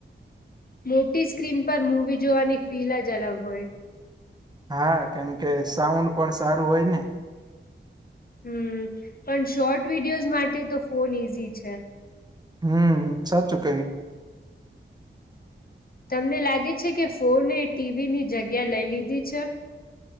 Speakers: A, on the left (about 45°); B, on the right (about 20°).
A: મોટી સ્ક્રીન પર મુવી જોવાની ફીલ જ અલગ હોય.
B: હા કેમ કે સાઉન્ડ પણ સારું હોય ને.
A: હમ પણ શોર્ટ વિડીયોઝ માટે તો ફોન ઈઝી છે.
B: હમ સાચું કઈ.
A: તમને લાગે છે કે ફોને ટીવી ની જગ્યા લઈ લીધી છે.